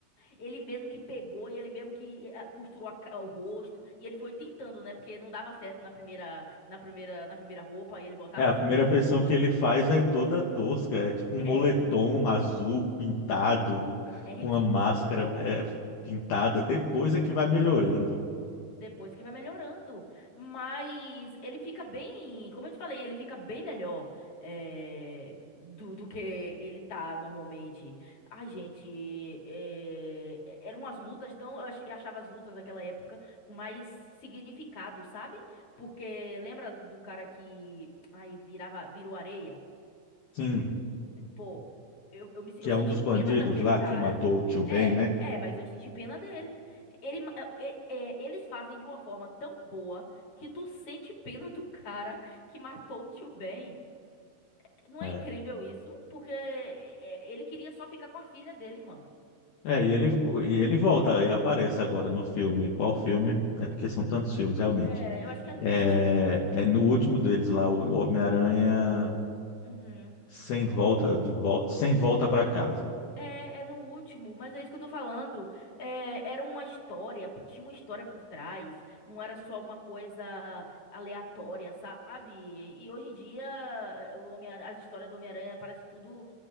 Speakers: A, on the left; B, on the left.
A: Ele mesmo que pegou e ele mesmo que eh, costurou a ca- o rosto, e ele foi tentando, né? Porque não dava certo na primeira, na primeira, na primeira roupa, e ele botava
B: É, a
A: a segunda
B: primeira
A: roupa.
B: versão que ele faz é toda tosca, é tipo um moletom
A: É,
B: azul pintado,
A: é ridículo.
B: com uma máscara é, pintada, depois é que vai melhorando.
A: Depois que vai melhorando. Mas ele fica bem. Como eu te falei, ele fica bem melhor eh, do, do que ele tá normalmente. Ai, gente. eh, eram umas lutas tão. Eu ach- eu achava as lutas daquela época com mais significado, sabe? Porque lembra do cara que. Ai, virava, virou areia?
B: Sim,
A: Pô, eu, eu, me,
B: que
A: eu
B: é
A: senti
B: um dos
A: pena
B: bandidos
A: daquele
B: lá
A: cara.
B: que matou o tio Ben,
A: É,
B: né?
A: é, mas eu senti pena dele. Ele, ma- é, é, é, eles fazem de uma forma tão boa que tu sente pena do cara que matou o tio Ben. Não
B: É.
A: é incrível isso? Porque é, é, ele queria só ficar com a filha dele, mano.
B: É, e ele, e ele volta, ele aparece agora no filme. Qual filme? É porque são tantos filmes, realmente.
A: É, eu acho que é no
B: É,
A: último.
B: é no último deles lá, o Homem-Aranha
A: Uhum.
B: sem volta de volta, sem volta para casa.
A: É, é no último, mas é isso que eu tô falando. É, era uma história, tinha uma história por trás, não era só uma coisa aleatória, sabe? E hoje em dia, é, o Homem, as histórias do Homem-Aranha parece tudo